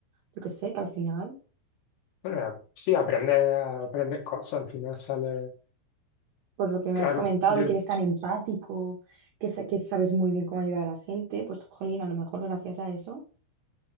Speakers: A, on the right; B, on the left.
A: yo que sé, que al final,
B: Bueno, era- sí, aprendes, aprendes cosas, al final sale,
A: por lo que me
B: claro,
A: has comentado,
B: yo
A: de que eres tan empático, que, sa- que sabes muy bien cómo ayudar a la gente, pues, jolín, a lo mejor gracias a eso.